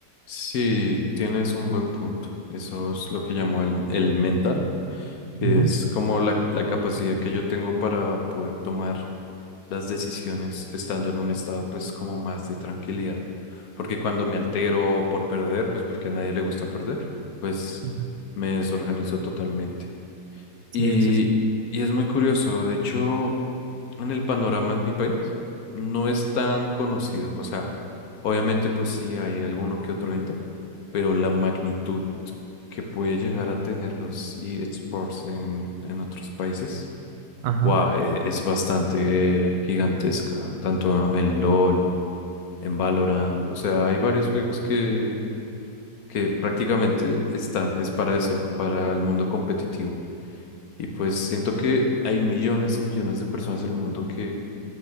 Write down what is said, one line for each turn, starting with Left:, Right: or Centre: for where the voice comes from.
Left: Sí, tienes un buen punto. Eso es lo que llamo el, el mental, que
Right: Ujú,
Left: es como la, la capacidad que yo tengo para poder tomar las decisiones estando en un estado pues como más de tranquilidad. Porque cuando me altero por perder, pues porque a nadie le gusta perder, pues
Right: ujú.
Left: me desorganizo totalmente.
Right: Sí,
Left: Y,
Right: sí,
Left: y es muy curioso, de hecho en el panorama en mi país no es tan conocido. O sea, obviamente pues sí hay alguno que otro evento, pero la magnitud que puede llegar a tener los eSports en, en otros países,
Right: sí.
Left: wow, es bastante gigantesca, tanto en LOL, en Valorant. O sea, hay varios juegos que, que prácticamente están, es para eso, para el mundo competitivo. Y pues siento que hay millones y millones de personas en el mundo que